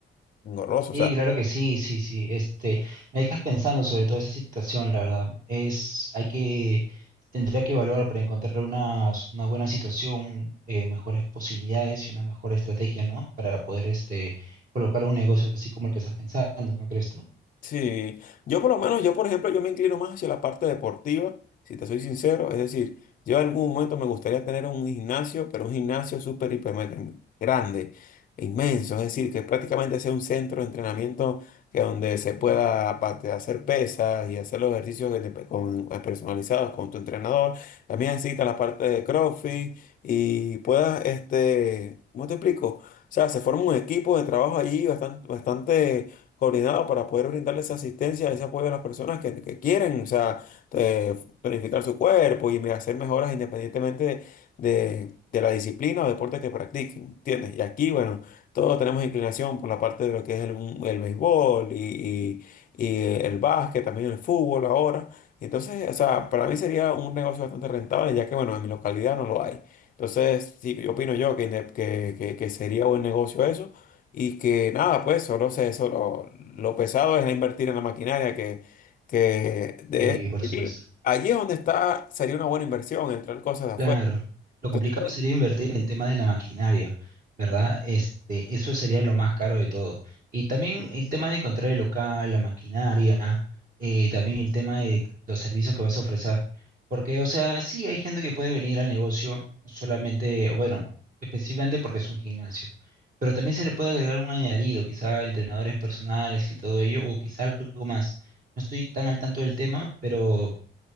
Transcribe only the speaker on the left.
engorroso.
O sea,
Sí, yo por lo menos, yo por ejemplo, yo me inclino más hacia la parte deportiva, si te soy sincero, es decir, yo en algún momento me gustaría tener un gimnasio, pero un gimnasio súper, hiper, mega grande, inmenso, es decir, que prácticamente sea un centro de entrenamiento que donde se pueda aparte, hacer pesas y hacer los ejercicios de- de- con- personalizados con tu entrenador, también necesita la parte de CrossFit y puedas, este, ¿cómo te explico? O sea, se forma un equipo de trabajo allí bastante, bastante coordinado para poder brindarles asistencia, ese apoyo a las personas que, que quieren, o sea, eh, tonificar su cuerpo y me- hacer mejoras independientemente de, de- de la disciplina o deporte que practiquen, ¿entiendes? Y aquí, bueno, todos tenemos inclinación por la parte de lo que es el, el béisbol y, y- y el básquet, también el fútbol ahora. Entonces, o sea, para mí sería un negocio bastante rentable, ya que, bueno, en mi localidad no lo hay. Entonces, sí, yo opino yo que, inde- que, que que sería buen negocio eso. Y que nada, pues solo se, solo lo pesado es invertir en la maquinaria que, que de
allí,
allí es donde está, sería una buena inversión, entrar cosas de afuera.
Entonces,